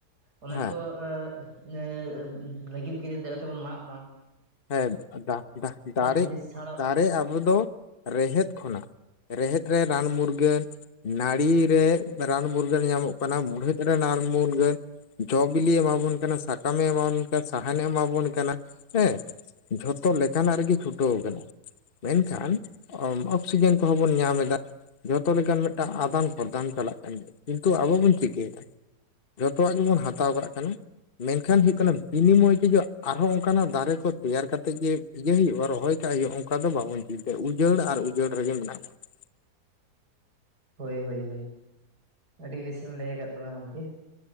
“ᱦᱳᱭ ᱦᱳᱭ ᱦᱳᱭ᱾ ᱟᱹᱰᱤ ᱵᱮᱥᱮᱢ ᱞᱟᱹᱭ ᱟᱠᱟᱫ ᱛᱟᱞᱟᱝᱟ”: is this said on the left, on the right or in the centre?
Right